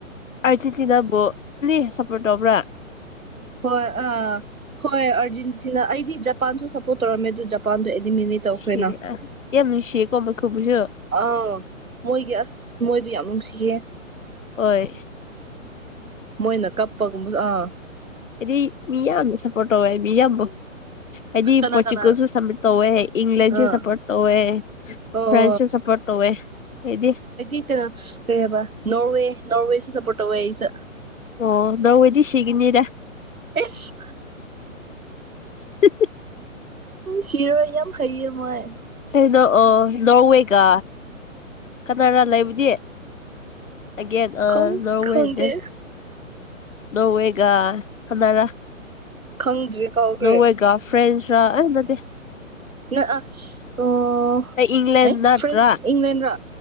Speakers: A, on the left (about 65°); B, on the right (about 85°).
A: ꯑꯔꯖꯦꯟꯇꯤꯅꯥꯕꯣ ꯑꯅꯤ ꯁꯄꯣꯔꯠ ꯇꯧꯕ꯭ꯔꯥ
B: ꯍꯣꯏ ꯑꯥ ꯍꯣꯏ ꯑꯥꯔꯖꯦꯟꯇꯤꯅꯥ ꯑꯩꯗꯤ ꯖꯄꯥꯟꯁꯨ ꯁꯞꯄꯣꯔꯠ ꯇꯧꯔꯝꯃꯦ ꯑꯗꯨ ꯖꯄꯥꯟꯗꯨ ꯅꯤꯃꯤꯠꯅꯤ ꯇꯧꯈ꯭ꯔꯦꯅ
A: ꯁꯤꯔꯦ ꯌꯥꯝ ꯅꯨꯡꯁꯤꯌꯦꯀꯣ ꯃꯈꯣꯏꯕꯨꯁꯨ
B: ꯑꯥ ꯃꯣꯏꯒꯤ ꯑꯁ ꯃꯣꯏꯗꯤ ꯌꯥꯝ ꯅꯨꯡꯁꯤꯌꯦ
A: ꯍꯣꯏ
B: ꯃꯣꯏꯅ ꯀꯞꯄꯒꯨꯝꯕꯁꯨ ꯑꯥ
A: ꯑꯗꯤ ꯃꯤ ꯌꯥꯝꯅ ꯁꯄꯣꯔꯠ ꯇꯧꯋꯦ ꯃꯤ ꯌꯥꯝꯕꯣ ꯍꯥꯏꯗꯤ
B: ꯀꯅꯥ
A: ꯄꯣꯔꯆꯨꯒꯜꯁꯨ
B: ꯀꯅꯥ
A: ꯁꯃꯤꯠ ꯇꯧꯋꯦ ꯏꯪꯂꯦꯟꯁꯨ
B: ꯑꯥ
A: ꯁꯞꯄꯣꯔꯠ ꯇꯧꯋꯦ
B: ꯑꯣ
A: ꯐ꯭ꯔꯦꯟꯁꯁꯨ ꯁꯞꯄꯣꯔꯠ ꯇꯣꯋꯦ ꯑꯩꯗꯤ
B: ꯇꯨ ꯀꯩ ꯍꯥꯏꯕ ꯅꯣꯔꯋꯦ ꯅꯣꯔꯋꯦꯁꯨ ꯁꯞꯄꯣꯔꯠ ꯇꯧꯋꯦ ꯑꯩꯁꯨ
A: ꯑꯣ ꯅꯧꯋꯦꯗꯤ ꯁꯤꯒꯤꯅꯤꯗ
B: ꯏꯁ
A: <unintelligible>
B: ꯁꯤꯔꯣꯏ ꯌꯥꯝ ꯍꯩꯌꯦ ꯃꯣꯏ
A: ꯀꯩꯅꯣ ꯑꯣ ꯅꯣꯔꯋꯦꯒꯥ ꯀꯅꯥꯅ ꯂꯩꯕꯗꯤ ꯑꯒꯦꯟ ꯑꯥ
B: ꯈꯪ
A: ꯅꯣꯔꯋꯦ
B: ꯈꯪꯗꯦ
A: ꯗꯦꯟ ꯅꯣꯋꯦꯒ ꯀꯅꯥꯔ
B: ꯈꯪꯗ꯭ꯔꯦ ꯀꯥꯎꯈ꯭ꯔꯦ
A: ꯅꯧꯋꯦꯒ ꯐ꯭ꯔꯦꯁ ꯔꯥ ꯑꯥ ꯅꯠꯇꯦ
B: ꯅ ꯑ ꯑꯣ
A: ꯑꯩ ꯏꯪꯂꯦꯟ
B: ꯑꯦ
A: ꯅꯠꯇ꯭ꯔꯥ
B: ꯐꯔ꯭ꯦꯟ ꯏꯪꯂꯦꯟꯔꯥ